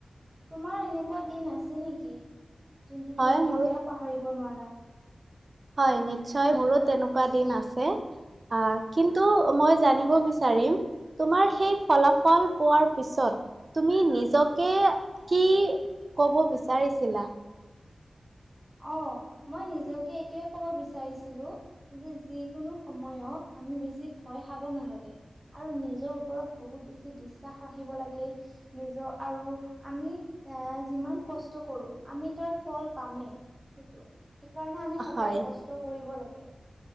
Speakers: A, on the right; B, on the right.
A: তোমাৰ এনেকোৱা দিন আছে নেকি? যোনটো
B: হয়
A: তুমি
B: মোৰো
A: কেতিয়াও পাহৰিব নোৱাৰা।
B: হয় নিশ্চয় মোৰো তেনেকোৱা দিন আছে। আহ কিন্তু মই জানিব বিচাৰিম তোমাৰ সেই ফলাফল পোৱাৰ পিছত তুমি নিজকে কি কব বিচাৰিছিলা?
A: অ মই নিজকে এটোৱেই ক'ব বিচাৰিছিলো যে, যিকোনো সময়ত আমি বেছি ভয় খাব নালাগে আৰু নিজৰ ওপৰত বহুত বেছি বিশ্বাস ৰাখিব লাগে। নিজৰ আৰু আমি এ যিমান কষ্ট কৰো আমি তাৰ ফল পামেই। সেইটো সেইকাৰণে আমি সদায়
B: হয়
A: কষ্ট কৰিব লাগে।